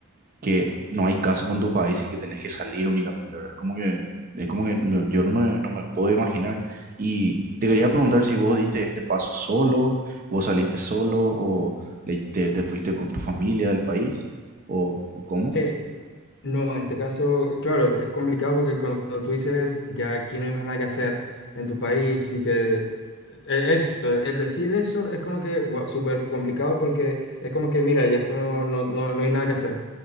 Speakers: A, on the right; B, on the left.
A: que no hay caso con tu país y que tenés que salir únicamente, ¿verdad? Como que, es como que no- yo no me, no me puedo imaginar. Y te quería preguntar si vos diste este paso solo, vos saliste solo o le- te, te fuiste con tu familia del país o, o cómo.
B: Eh, no, en este caso, claro, es complicado porque cuando tú dices ya aquí no hay más nada que hacer en tu país y que e- eso, el decir eso es como que wow, súper complicado porque es como que mira, ya esto no, no, no no hay nada que hacer.